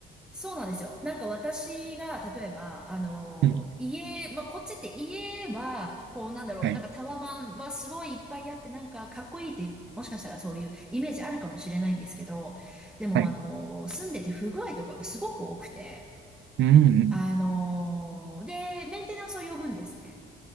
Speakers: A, in the centre; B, on the right.
A: そうなんですよ。なんか私が、例えば、あの、
B: うん。
A: 家、まあ、こっちって家は、こうなんだろう、
B: はい。
A: なんかタワマンはすごいいっぱいあって、なんかかっこいいって、もしかしたらそういうイメージあるかもしれないんですけど、でもあの、
B: はい。
A: 住んでて不具合とかがすごく多くて、
B: うん、うん。
A: あの、で、メンテナンスを呼ぶんですね。